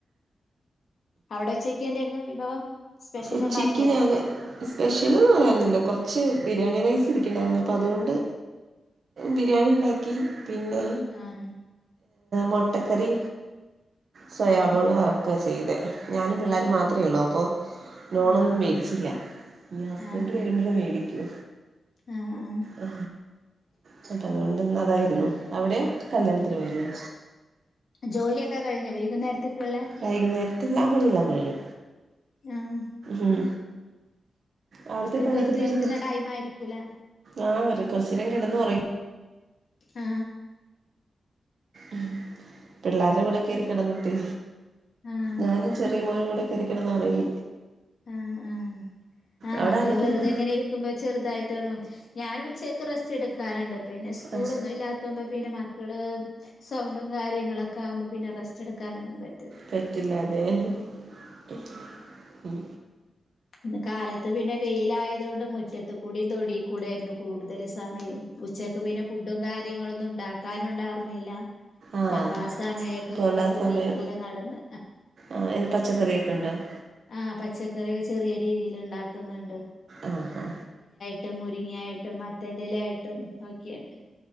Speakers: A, on the left (about 65°); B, on the right (about 65°).
A: അവിടെ ഉച്ചക്ക് എന്തായിരുന്നു വിഭവം സ്പെഷ്യൽ
B: ഉച്ചക്ക്
A: ഉണ്ടാക്കിയോ
B: ഞാന് സ്പെഷ്യൽ പറയാുന്നില്ല കൊറച്ച് ബിരിയാണി റൈ ണ്ടായിരുന്നു അപ്പോ അതുകൊണ്ട് ബിരിയാണി ഉണ്ടാക്കി പിന്നെ
A: ആഹ്
B: മട്ടക്കറി സോയാബോൾ
A: ആഹ്
B: വർക്ക ചെയ്തു അതെ ഞാനും പിള്ളേർ
A: ആഹ്
B: മാത്രഒള്ളൂ അപ്പോൾ ലോണൊന്നും
A: ആഹ്
B: മേടിച്ചില്ല ഹസ്ബൻഡ്
A: ആഹ്
B: വരുമ്പോഴേ മേടിക്കൂ
A: ആഹ് ആഹ്
B: ആ ചട്ടകം കൊണ്ട് ഇന്ന് അതായിരുന്നു അവിടെ കല്യാണത്തിന് പോയല്ലേ
A: ജോലിയൊക്കെ കഴിഞ്ഞോ വൈകുന്നേരത്തേക്കുള്ള
B: വൈകുന്നേരം ഇള്ളതെല്ലാം കഴിഞ്ഞു
A: ആഹ്
B: ഉം അവിടുത്തെ
A: ഇപ്പം
B: പണിയൊക്കെ
A: വെറുതെ
B: കഴിഞ്ഞു
A: ഇരിക്കുന്ന ടൈം ആയിരിക്കൂലെ
B: ആ കുറച്ചേരം കെടന്ന് ഉറങ്ങി
A: ആ
B: ഉം പിള്ളേരും ഇവിടെ കേറി കിടന്നിട്ട്
A: ആഹ്
B: ഞാനും ചെറിയമോളും കൂടെ കേറി കിടന്ന് ഒറങ്ങി
A: ആ ആ ആനമ്മള്
B: അവിടെ ആരൊക്കെയുണ്ട്
A: വെറുതെ എങ്ങനെ ഇരിക്കുമ്പോ ചെറുതായിട്ട്റങ്ങും ഞാനും ഉച്ചക്ക് റെസ്റ്റ് എടുക്കാറുണ്ട് പിന്നെ സ്കൂളൊന്നും
B: ആ
A: ഇല്ലാത്തുമ്പോ പിന്നെ മക്കള് സൗണ്ടും കാര്യങ്ങളൊക്കെ ആവുമ്പം പിന്നെ റസ്റ്റ് എട്ക്കാനൊന്നും പറ്റത്തി
B: പറ്റില്ല അതെ <unintelligible> ഉം
A: ഇന്ന് കാലത്ത് പിന്നെ വെയിലായതോണ്ട് മുറ്റത്ത്ക്കൂടി തൊടി കൂടേര്ന്നു കൂടുതല് സമയും ഉച്ചക്ക് പിന്നെ ഫുഡും കാര്യങ്ങളൊന്നും ഉണ്ടാക്കാനും ഉണ്ടാ കൊട്ന്നീല്ല
B: ആഹ്
A: ആപ്പാ സമയക്കെക്കൂടെ
B: അതുകൊണ്ട് ആ
A: തൊടിയി
B: സമയം
A: കൂടെ നടന്ന്
B: ആ പച്ചക്കറിയൊക്കെ ഉണ്ടോ
A: ആ പച്ചക്കറി വെ ഏ രീതില് ഇണ്ടാക്ക്ന്ന്ണ്ട്
B: ആഹ് ഹാ
A: ട്ട് മുരിങ്ങ്യായി ട്ടും മത്തൻ്റലായിട്ടും ഒക്കെയിണ്ട്